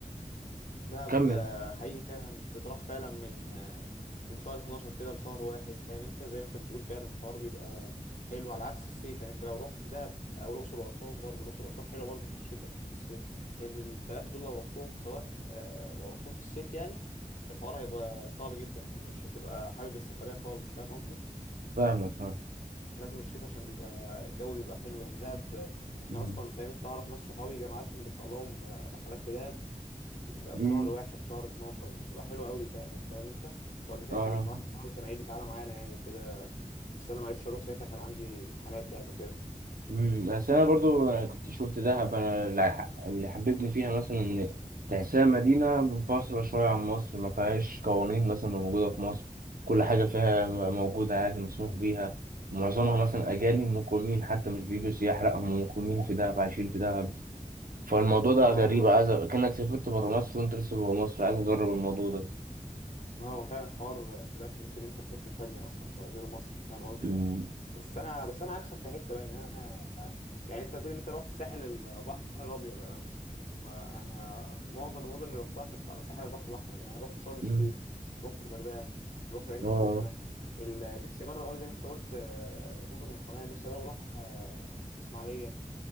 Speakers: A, on the left (about 60°); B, on the right (about 85°).
A: دهب
B: كمل
A: آه، حقيقي فعلا تتراح فعلا من آه، من شهر 12 كده لشهر واحد فاهم انت زي ما انت بتقول فعلا الحوار بيبقى حلو على عكس الصيف يعني انت لو رحت دهب او الاقصر واسوان برضو الاقصر واسوان حلوه برضو في الشتاء مش في الصيف لان الثلاثه دول لو رحتهم في سواء آه، لو رحتهم في الصيف يعني الحوار هيبقى صعب جدا يعني مش هتبقى حابب السفريه خالص فاهم قصدي
B: فاهمك فاهم
A: لازم الشتاء عشان بيبقى الجو بيبقى حلو يعني دهب آه، احنا
B: مم.
A: اصلا فاهم انت اعرف ناس صحابي جامعاتهم بتطلعهم آه، رحلات لدهب بتبقى
B: مم.
A: في شهر واحد شهر 12 بتبقى حلوة قوي فعلا فاهم انت وقبل كده
B: أعرف
A: كان واحد صاحبي كان قايل لي تعالى معانا يعني وكده بس انا ما عرفتش اروح ساعتها كان عندي امتحانات يعني وكده
B: مم، بس انا برضو كنت شفت دهب انا اللي اللي حببني فيها مثلا ان تحسها مدينه منفصله شويه عن مصر ما فيهاش قوانين مثلا اللي موجوده في مصر كل حاجه فيها م- موجوده عادي مسموح بيها معظمها مثلا اجانب مقيمين حتى مش بيجوا سياح لا هم مقيمين في دهب عايشين في دهب فالموضوع ده
A: اه
B: غريب
A: ايوه
B: عايز أ- كأنك سافرت بره مصر وانت لسه جوه مصر عايز اجرب الموضوع ده
A: هو فعلا حوار في ده بتحس ان انت في حتة تانية اصلا غير مصر فاهم قصدي
B: مم،
A: بس انا بس انا عكسك في حتة بقى يعني انا يعني انت بتقول ان انت رحت الساحل البحر الابيض انا ما انا معظم المدن اللي رحتها كانت على ساحل البحر الاحمر يعني رحت شرم الشيخ
B: مم،
A: رحت الغردقه رحت العين السخنه
B: اه
A: ال- نفسي اجرب قوي زي ما انت قلت آه، مدن القناه نفسي اجرب اروح آه، اسماعيليه